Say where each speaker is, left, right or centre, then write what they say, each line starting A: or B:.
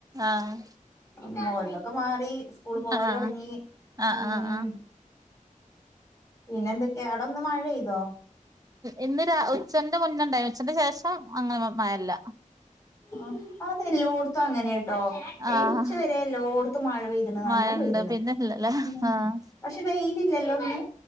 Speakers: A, on the right; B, on the left.
A: ആഹ്
B: മോൽ ഒക്കെ മാറി സ്കൂള് പോവല്
A: ആഹ്
B: തുടങ്ങി
A: ആഹ്
B: ഉം
A: ആഹ് ആഹ്
B: പിന്നെ എന്തൊക്കെയാ അവിട ഒന്ന് മഴ പെയ്തോ
A: ഇന്ന് രാ ഉച്ചേന്റെ മുന്നുണ്ടായി ഉച്ചേ ന്റെ ശേഷം അങ്ങനെ മഴയില്ല.
B: ആഹ അതെല്ലോടത്തും അങ്ങനൊട്ടോ
A: ആഹ്
B: ഉച്ച വരെ എല്ലോടത്തും മഴ പെയ്തണ് നല്ലോണം
A: മഴണ്ട്
B: പെയ്തണ്.
A: പിന്നെ ഇല്ലല്ലേ
B: ഉം
A: ആഹ്
B: പക്ഷെ വെയിലില്ലല്ലോ ഇന്ന്